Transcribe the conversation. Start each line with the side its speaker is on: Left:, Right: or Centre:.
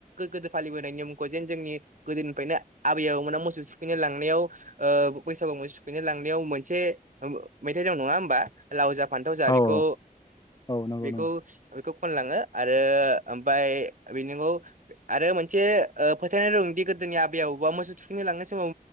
Right: गोदो फालिबोनायनि मुंखौ जेन जोंनि गोदोनिफ्रायनो आबै आबौ मोना मोसौ थुखैनो लांनायाव ओ बैसागु मोसौ थुखैनाय। लांनायाव मोनसे मेथाय दं नङा होनबा लाव जा फान्थाव जा बेखौ
Left: औ औ औ नंगौ
Right: बेखौ
Left: नंगौ
Right: बेखौ खनलाङो आरो ओमफ्राय बे नंगौ आरो मोनसे फोथायनाय दंदि गोदोनि आबै आबौबा मोसौ थुखैनो लांनाय समाव